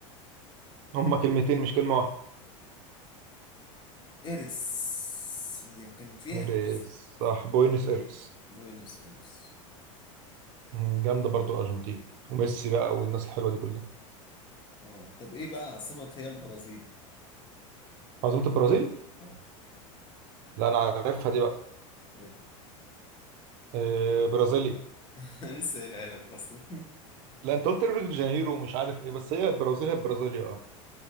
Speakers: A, on the right; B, on the left.
A: هما كلمتين مش كلمه واحده
B: ايرس هي كان فيها
A: ايريس
B: ايرس
A: صح بوينس ايرس
B: بوينس ايرس
A: مم، جامده برضو الارجنتين وميسي بقى والناس الحلوه دي كلها
B: اه طب ايه بقى عاصمة هي البرازيل
A: عاصمه البرازيل
B: اه
A: لا انا عارفها دي بقى
B: قولها
A: آه، برازيليا
B: <laughs> انا لسه قايلها لك اصلا <laughs>
A: لا انت قلت ريو دي جانيرو ومش عارف ايه بس هي البرازيل هي البرازيليا اه